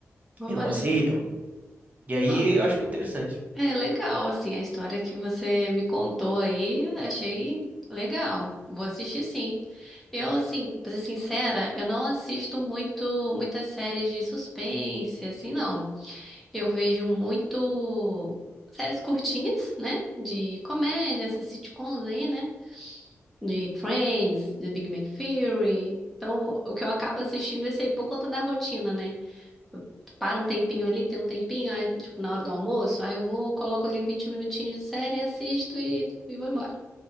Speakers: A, in the centre; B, on the right.
A: Olha.
B: e não aceitam. E aí
A: Ah.
B: eu acho muito interessante.
A: É legal, assim, a história que você me contou aí, achei legal. Vou assistir sim. Eu, assim, pra ser sincera, eu não assisto muito muitas séries de suspense, assim, não. Eu vejo muito séries curtinhas, né? De comédia, essas sitcoms aí, né? De Friends, de Big Bang Theory. Então, o que eu acabo assistindo é isso aí por conta da rotina, né? Para um tempinho ali, tem um tempinho, aí, tipo, na hora do almoço, aí eu vou, coloco ali 20 minutinhos de série, assisto e, e vou embora.